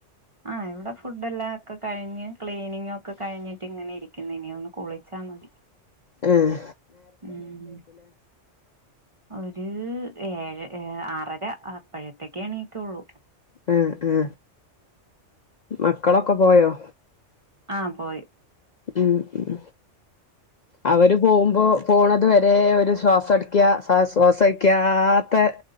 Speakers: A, on the right; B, on the left.
A: ആ ഇവിടെ ഫുഡെല്ലാം ഒക്കെ കഴിഞ്ഞ്. ക്ലീനിങ്ങൊക്കെ കഴിഞ്ഞ്ട്ട് ഇങ്ങനെ ഇരിക്കുന്നു. ഇനി ഒന്ന് കുളിച്ചാ മതി.
B: ഏഹ്.
A: ഉം ഒരു ഏഴഏ ആറര അപ്പഴത്തേക്ക് എണീറ്റൊള്ളു.
B: ആ ആ. മക്കളൊക്കെ പോയോ.
A: ആ പോയി
B: ഉം. ഉം. അവര് പോകുമ്പോ പോണതു വരെ ഒരു ശ്വാസം ഇട്ക്ക ശ്വാസയ്ക്കാത ത്തെ